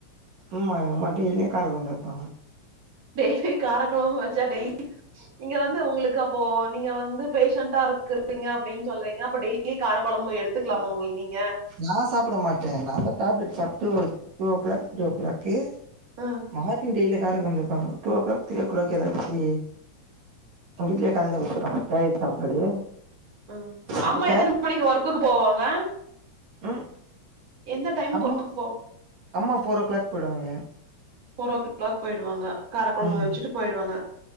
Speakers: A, on the right (about 75°); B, on the right (about 30°).
A: ம்மா எங்கம்மா டெய்லியு காரகொழம்பு வப்பாங்க
B: டெய்லி காரக்குழம்பு வச்சா டெய்லி இங்க வந்து உங்களுக்கு அப்போ நீங்க வந்து பேஷண்டா இருக்கறீங்க அப்படின்னு சொல்றீங்க அப்ப டெய்லி கார குழம்பு எடுத்துக்கலாமா உங்ளு நீங்க
A: நான் சாப்பிட மாட்டேன் நான் தான் டேப்லெட் சாப்பிட்டு ஒரு டூ ஓ கிளாக் த்ரீ ஓ கிளாக்கே
B: ம்
A: மார்னிங் டெய்லியு காரக்கொழம்பு வப்பாங்கோ two o'clock three o'clock ஏதாச்சி வீ்ட்லே காலந்து வச்சிருவாங்க கேரட் சாப்பாடு
B: ஹம்
A: இப்ப
B: அம்மா எத்தன மணிக்கு ஒர்க்குக்கு போவாங்க
A: உம்
B: எந்த டைமுக்கு
A: அம்மா
B: ஒர்க்குக்கு போவா
A: அம்மா போர் ஓ கிளாக் போயிடுவாங்க
B: போர் ஓ கிளாக் போயிடுவாங்க காரக் கொழம்பு
A: ம்
B: வச்சுட்டு போயிடுவாங்க